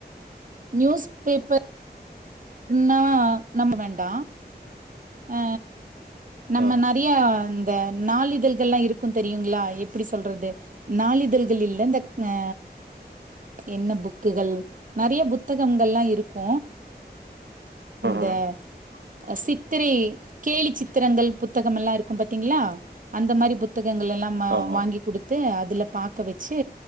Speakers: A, on the right; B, on the right.
A: நியூஸ் பேப்பர் னாவா நம்ம வேண்டாம் ஆ நம்ம
B: ஆ.
A: நறையா இந்த நாளிதழ்கள் எல்லாம் இருக்கும் தெரியுங்களா எப்படி சொல்றது நாளிதழ்கள் இல்ல இந்த ஆ என்ன புக்குகள் நிறைய புத்தகங்கள்ல்லாம் இருக்கும்
B: ம்ஹ்ம்.
A: இந்த அசி பத்திரை கேலி சித்திரங்கள் புத்தகம் எல்லாம் இருக்கும் பாத்தீங்களா அந்த மாதிரி புத்தக ங்காளல்லாம்
B: ஆமா.
A: வாங்கி கொடுத்து அதுல பாக்க வச்சு